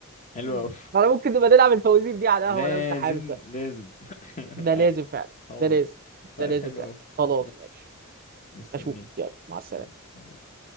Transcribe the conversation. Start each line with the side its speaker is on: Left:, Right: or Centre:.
Left: حلو
Right: <laughs>
Left: أوي
Right: انا ممكن نبقى نلعب الفوازير دي على
Left: لازم
Right: القهوه لو انت حابب بقى
Left: لازم
Right: ده
Left: <laughs>
Right: لازم فعلا
Left: طبعا
Right: ده لازم
Left: طيب
Right: ده لازم
Left: حلو
Right: فعلا
Left: أوي
Right: خلاص
Left: يلا.
Right: ماشي
Left: مستنيك
Right: اشوف يلا مع السلامه
Left: حبيبي حبيبي.